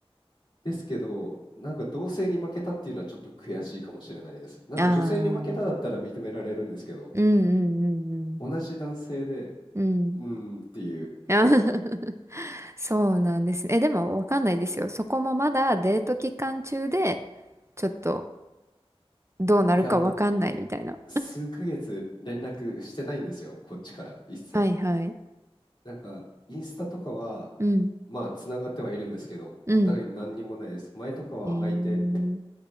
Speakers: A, on the left (about 55°); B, on the right (about 25°).
A: ですけど、なんか同性に負けたっていうのはちょっと悔しいかもしれないです。なんか女性に負けただったら認められるんですけど、
B: ああ。うんうんうん
A: 同じ男性で、
B: うん。うん。
A: うーんっていう。
B: あー <laughs> そうなんですね。え、でもわかんないですよ。そこもまだデート期間中で、ちょっとどうなるかわかんないみたいな。
A: いや、もう数ヶ月連絡してないんですよ、こっちから一切。
B: はいはい。
A: なんか、インスタとかは、
B: うん。
A: まあ、つながってはいるんですけど、
B: うん。
A: お互い何にもないです。前とかは相手、
B: えー。